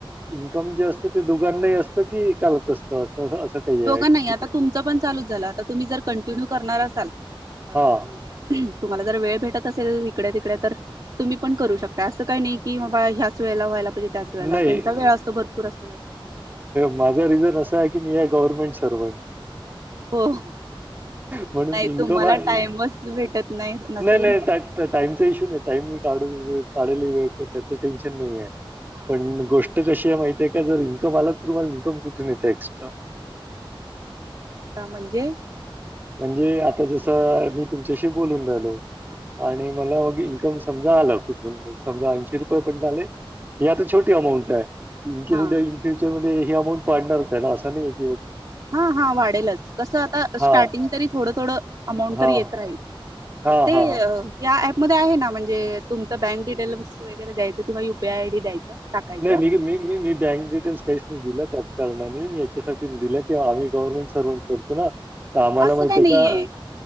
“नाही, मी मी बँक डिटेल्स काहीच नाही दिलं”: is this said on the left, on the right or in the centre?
Right